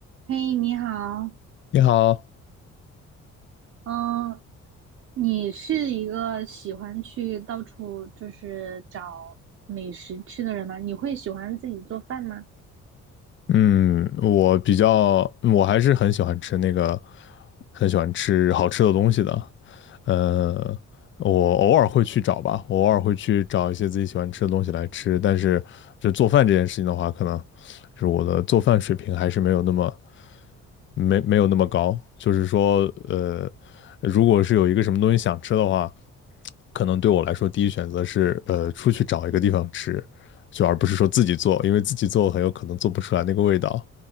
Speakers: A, on the right; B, on the left.
A: 嘿，你好，
B: 你好，
A: 嗯，你是一个喜欢去到处就是找美食吃的人吗？你会喜欢自己做饭吗？
B: 嗯，我比较，我还是很喜欢吃那个，很喜欢吃好吃的东西的。呃，我偶尔会去找吧，我偶尔会去找一些自己喜欢吃的东西来吃。但是，就做饭这件事情的话，可能就是我的做饭水平还是没有那么没没有那么高。就是说，呃，如果是有一个什么东西想吃的话，可能对我来说，第一选择是呃出去找一个地方吃，就而不是说自己做，因为自己做很有可能做不出来那个味道。